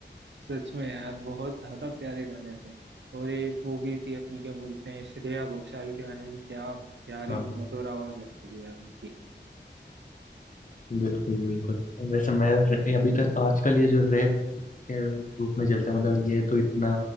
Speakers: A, on the right; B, on the left.
A: सच में यार बहुत ज्यादा प्यारे गाने थे और एक वो भी थी अपनी क्या बोलते हैं श्रेया घोषाल के गाने भी क्या प्यारे
B: हाँ।
A: और मधुर आवाज लगती थी यार उनकी
B: बिल्कुल बिल्कुल वैसे मैं रे- अभी तक आजकल ये जो रैप के रूप में चलता है मतलब ये तो इतना